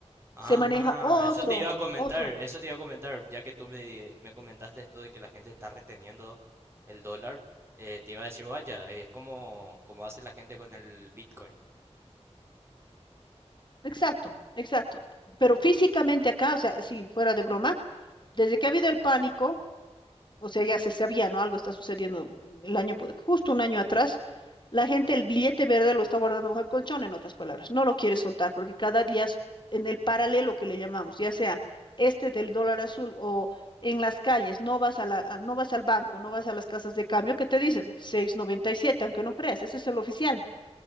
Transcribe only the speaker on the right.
Ajá,
eso te iba a comentar,
eso te iba a comentar, ya que tú me, me comentaste esto de que la gente está reteniendo el dólar, eh, te iba a decir, vaya, es como, como hace la gente con el Bitcoin.